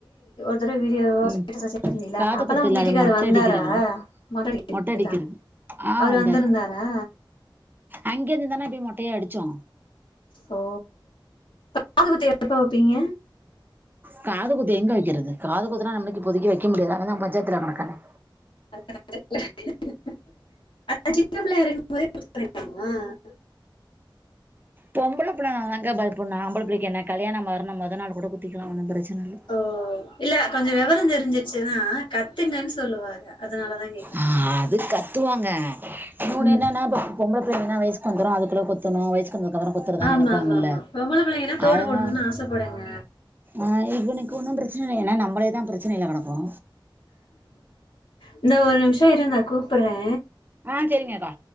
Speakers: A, on the left; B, on the right.
A: எத்தன வீடியோவா
B: ம்
A: <unintelligible> தெரில
B: காது
A: அப்பலா
B: குத்து
A: உங்
B: இல்ல
A: வீட்டுக்கரு
B: அது மொட்டை
A: வந்தார
B: அடிக்கிறதுல
A: மொட்ட அடிக்கறதுக்குதா
B: மொட்டை அடிக்கிறது ஆ
A: அவரு
B: வந்தாரு
A: வந்திருந்தாரா
B: அங்க இருந்துதான அப்டியே மொட்டையே அடிச்சோ
A: ஓ காதுகுத்து எப்பா வெப்பீங்க
B: காது குத்து எங்க வெக்கறது காது குத்தலா நம்ளுக்கு இப்போதைக்கி வைக்க முடியாது அனதா பஞ்சாயத்துல கணக்கான
A: <unintelligible> சின்ன பிள்ளயாருக்கு போதே <unintelligible>
B: பொம்பள புள்ளனாதாங்க பயப்புட்ணு ஆம்பள புள்ளைக்கு என்ன கல்யாண மறுணா மொத நாள் கூட குத்திக்கலா ஒன்னு ப்ரச்சன இல்ல
A: ஓ இல்ல கொஞ்சோ வெவரோ தெரிஞ்சிச்சுன்னா கத்துங்கன் சொல்லுவாங்க அதுனாலதாங்க
B: ஆ அதுக்கத்துவாங்க இன்னொன்னு
A: ம்
B: என்னன்னா இப்ப பொம்பள புள்ளைங்கனா வய்சுக்கு வந்துரு அதுக்குள்ள குத்தனு வய்சு வந்ததுக்கப்றோ குத்தரதா
A: ஆமா
B: நெனப்பாங்கள்ல
A: ஆமா ஆமா பொம்பள பிள்ளைங்கன்னா தோடு
B: அதனா
A: போடணுன்னு ஆசப்படுங்க
B: ஆ இவுனுக்கு ஒன்னு ப்ரச்சன இல்ல எனா நம்ளேதா ப்ரச்சனைல கடக்கறோ
A: இந்த ஒரு நிம்ஷோ இருங்க கூப்பற்றே
B: ஆ செரிங்கக்கா